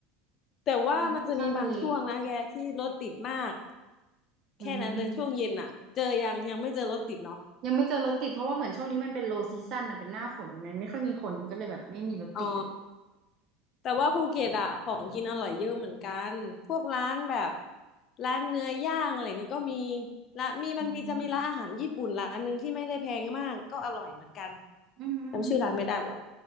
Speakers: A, on the left; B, on the right.
A: แต่ว่ามันจะมีบางช่วงนะแกที่รถติดมาก
B: เป็นคนชอบทะเล
A: แค่นั้นเลยช่วงเย็นอ่ะเจอยังยังไม่เจอรถติดเนาะ
B: อืมยังไม่เจอรถติดเพราะว่าเหมือนช่วงนี้มันเป็น low season อ่ะเป็นหน้าฝนมันไม่ค่อยมีคนก็เลยแบบไม่มีรถติดเลย
A: อ๋อแต่ว่าภูเก็ตอะของกินอร่อยเยอะเหมือนกันพวกร้านแบบร้านเนื้อย่างอะไรเงี้ยก็มีละมีมันมีจะมีร้านอาหารญี่ปุ่นร้านหนึ่งที่ไม่ได้แพงมากก็อร่อยเหมือนกัน
B: อืมอืมอืม
A: จำชื่อร้านไม่ได้ว่ะ